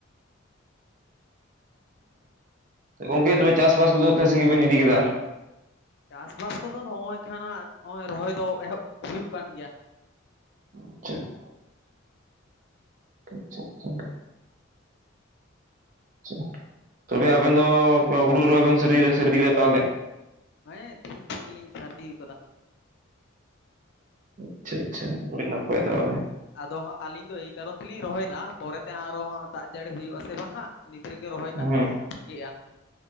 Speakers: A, on the right; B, on the left.
A: ᱜᱚᱝᱠᱮ ᱛᱚᱵᱮ ᱪᱟᱥ ᱵᱟᱥ ᱠᱚᱫᱚ ᱛᱤᱱᱟᱹᱜ ᱥᱟᱺᱜᱤᱧ ᱵᱮᱱ ᱤᱫᱤ ᱠᱮᱫᱟ?
B: ᱪᱟᱥᱵᱟᱥ ᱠᱚᱫᱚ ᱱᱚᱜᱼᱚᱭ ᱠᱷᱟᱱᱟᱜ ᱱᱚᱜᱼᱚᱭ ᱨᱚᱦᱚᱭ ᱫᱚ ᱮᱦᱚᱵ ᱦᱩᱭᱩᱜ ᱠᱟᱱ ᱜᱮᱭᱟ᱾
A: ᱟᱪᱪᱷᱟ ᱟᱪᱪᱷᱟ ᱟᱪᱪᱷᱟ ᱪᱷᱟ ᱛᱚᱵᱮ ᱟᱵᱮᱱ ᱫᱚ ᱛᱚ ᱦᱩᱲᱩ ᱨᱚᱦᱚᱭ ᱵᱮᱱ ᱥᱟᱹᱨᱫᱤᱫᱟ ᱥᱟᱨᱤᱫᱤ ᱠᱮᱫᱟ ᱛᱟᱦᱚᱞᱮ
B: ᱦᱮᱸ ᱛᱮᱦᱮᱧ ᱠᱷᱚᱱ ᱜᱮᱞᱤᱧ ᱥᱟᱨᱫᱤᱣ ᱠᱟᱫᱟ᱾
A: <inaudible> ᱟᱰᱤ ᱱᱟᱯᱚᱭ
B: ᱚᱛ
A: ᱛᱟᱦᱚᱞᱮ᱾
B: ᱟᱫᱚ ᱦᱟᱸᱜ ᱟᱹᱞᱤᱧ ᱫᱚ ᱮᱭ ᱠᱟᱨᱚᱱ ᱛᱮᱞᱤᱧ ᱨᱚᱦᱚᱭᱮᱫᱟ ᱯᱚᱨᱮ ᱛᱮ ᱟᱨᱚ ᱦᱟᱸᱜ ᱫᱟᱜ ᱡᱟᱹᱲᱤ ᱦᱩᱭᱩᱜ ᱟᱥᱮ ᱵᱟᱝ ᱦᱟᱸᱜ᱾ ᱱᱤᱛ ᱨᱮᱜᱮ ᱨᱚᱦᱚᱭ
A: ᱦᱮᱸ
B: ᱠᱟᱜ ᱫᱚ ᱵᱷᱟᱜᱮᱜᱼᱟ᱾